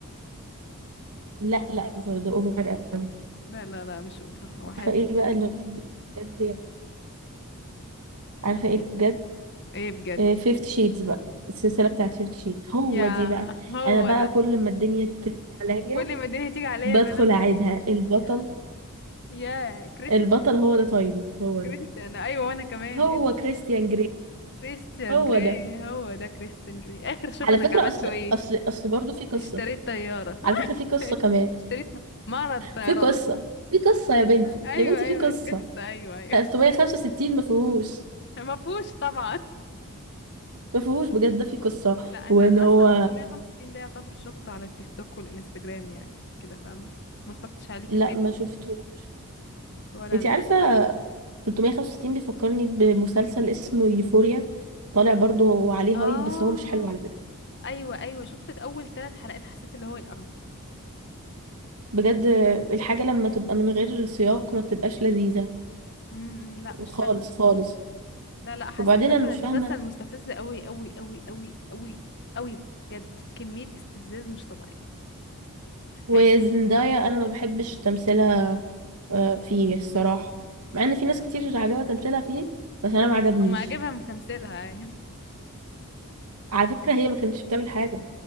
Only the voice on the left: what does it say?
لا لا لا مش أوفر هو حلو
ايه بجد
يا
هو
ده
كل ما الدنيا تيجي عليا
بنزل
يا يا كريستيان
كريستيان
ايوه وانا كمان
ايه ده
كريستيان
جراي
هو ده كريستيان جراي اخر شوف
انك
عملته
ايه
اشتريت طيارة
<laughs>
اشتريت م- معرض طيارات
ايوه
ايوه
القصة ايوه ايوه
<laughs> ما فيهوش طبعا
لا انا
اصلا 365 ده يعتبر شفته على التيك توك والانستجرام يعني كده فاهمة ما اتفرجتش عليه كفاية
ولا
انا
اه
ايوه ايوه شفت اول ثلاث حلقات حسيت اللي هو إيه القرف ده
امم لا مش
حلو
لا لا حسيت
اصلا
المسلسل
مستفز قوي قوي قوي قوي قوي قوي بجد كمية استفزاز مش طبيعي
حقيقي
اما عجبها من تمثيلها ايوه